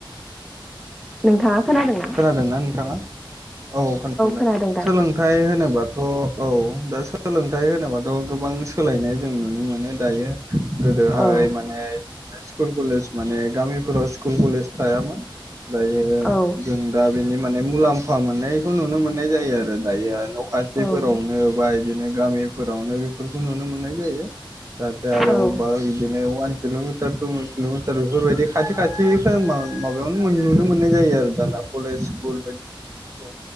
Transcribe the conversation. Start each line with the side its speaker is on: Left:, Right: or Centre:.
Centre: नोंथाङा खोनादोंना
Right: खोनादोंना नोंथाङा औ औ खोनादोंदा
Centre: खोनादों दासो
Right: सोलोंथाइ होनोबाथ' औ दा सोलोंथाइ होनोबाथ' गोबां सोला यनाय जों नुनो मोनो दायो गोदोहाय
Centre: औ
Right: माने स्कुल कलेज माने गामिफोराव स्कुल कलेज थायामोन दायो
Centre: औ
Right: जों दा बिनि माने मुलाम्फा मोननायखौ नुनो मोननाय जायो आरो दायो माने न' खाथिफोरावनो
Centre: औ
Right: बा इदिनो गामिफोरावनो बेफोरखौ नुनो मोननाय जायो <unintelligible> आरो
Centre: औ
Right: अबा इदिनो वान किल'मिटार टु किल'मिटार बेफोरबायदि खाथि खाथि खो मा-माबायावनो नुनो मोननाय जायो आरो दाना कलेज स्कुल बायदि औ